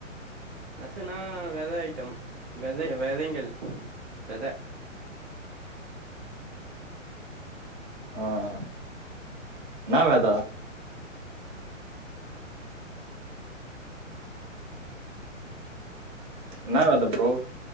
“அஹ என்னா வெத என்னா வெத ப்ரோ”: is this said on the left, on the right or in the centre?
Right